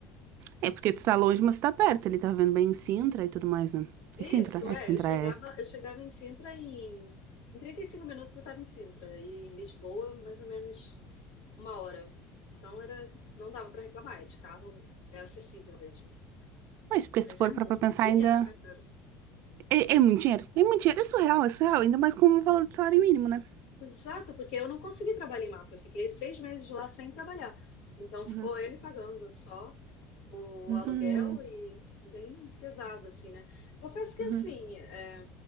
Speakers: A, on the right; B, on the left.
A: É, porque tu tá longe, mas tu tá perto. Ele tá vendo bem em Sintra e tudo mais, né?
B: Isso,
A: É Sintra? É,
B: é,
A: Sintra
B: eu chegava,
A: é.
B: eu chegava em Sintra em, em 35 minutos eu estava em Sintra e em Lisboa mais ou menos uma hora. Então era, não dava para reclamar, é de carro, é acessível mesmo.
A: Mas porque
B: Mas
A: se tu
B: é
A: for
B: muito
A: pra pra pensar
B: dinheiro,
A: ainda.
B: né, cara?
A: É, é muito dinheiro. É muito dinheiro. É surreal, é surreal. Ainda mais com o valor do salário mínimo, né?
B: Exato, porque eu não consegui trabalhar em Mafra, eu fiquei seis meses lá sem trabalhar. Então ficou
A: Uhum.
B: ele pagando só o
A: Uhum.
B: aluguel e bem pesado, assim, né? Confesso que
A: Uhum.
B: assim, é,